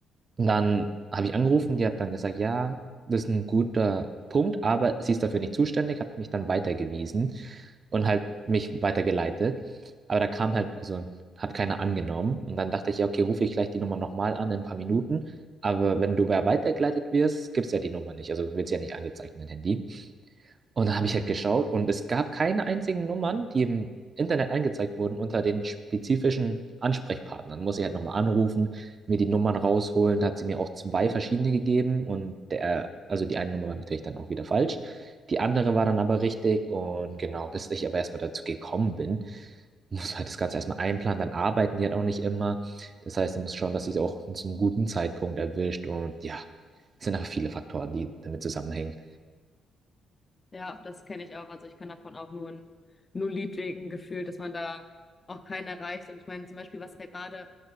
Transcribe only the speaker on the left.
Ja, das kenne ich auch. Also ich kann davon auch nur ein, nur ein Lied singen, gefühlt, dass man da auch keinen erreicht. Und ich meine, zum Beispiel, was ja gerade